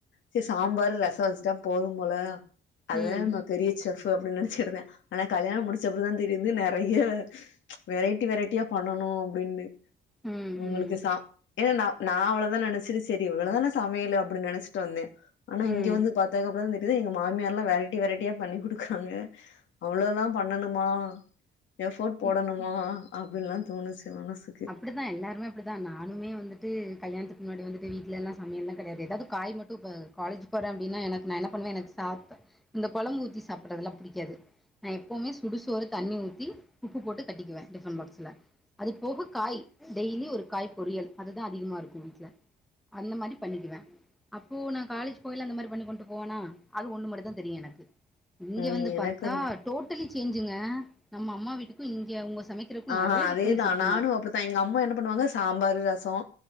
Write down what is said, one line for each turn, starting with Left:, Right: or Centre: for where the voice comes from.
Left: செரி சாம்பாரு ரசோ வச்சுட்டா போது போல அது
Centre: ம்
Left: ம பெரிய செஃபு அப்டின்னு நெனச்சிட்ருந்தே ஆனா கல்யாண முடிச்சப்பறதா தெரியுது நெறைய வெரைட்டி வெரைட்டியா பண்ணணு அப்டின்னு
Centre: ம்
Left: அவுங்ளுக்கு சா ஏன்னா நா நா அவ்ளதா நெனச்சட்டு செரி இவ்ளதான சமயலு அப்டினு நெனச்சிட்டு வந்தே ஆனா
Centre: ம்
Left: இங்க வந்து பாத்தக் அப்றோதா தெரிது இங்க மாமியார்லா வெரைட்டி வெரைட்டியா பண்ணி குடுக்றாங்க அவ்ளோலா பண்ணணுமா எஃபோர்ட் போடணுமா
Centre: ம்
Left: அப்டின்லா தோணிச்சு மனசு
Centre: அப்டிதா எல்லாருமே அப்டி தா நானுமே வந்துட்டு கல்யாணத்துக்கு முன்னாடி வந்துட்டு வீட்லலாம் சமயல் லாம் கிடையாது அதாவது காய் மட்டும் இப்ப காலேஜ் போறே அப்டின்னா எனக்கு நா என்ன பண்ணுவே எனக்கு சாப் இந்த குழம்பு ஊத்தி சாப்படுறதுல்லாம் பிடிக்காது நா எப்போவுமே சுடுசோறு தண்ணி ஊத்தி உப்பு போட்டு கட்டிக்குவேன் டிஃபன் பாக்ஸ்ல அது போக காய் டெய்லி ஒரு காய் பொரியல் அதுதா அதிகமாக இருக்கும் வீட்டில் அந்த மாரி பண்ணிக்குவேன் அப்போ நான் காலேஜ் போகையில அந்த மாரி பண்ணிக் கொண்டு போவனா அது ஒண்ணு மட்டுதா தெரியு எனக்கு இங்க
Left: ம்
Centre: வந்து
Left: எனக்கு
Centre: பாத்தா
Left: அது
Centre: டோட்டலி சேஞ்சுங்க நம்ம அம்மா வீட்டுக்கும் இங்க அவுங்க சமைக் கறக்கும்
Left: ஆ
Centre: நிறைய
Left: அதேதா
Centre: டிஃப்ரன்ஸ் இருக்
Left: நானு அப்டித்தா எங்க அம்மா என்ன பண்ணுவாங்க சாம்பார் ரசம்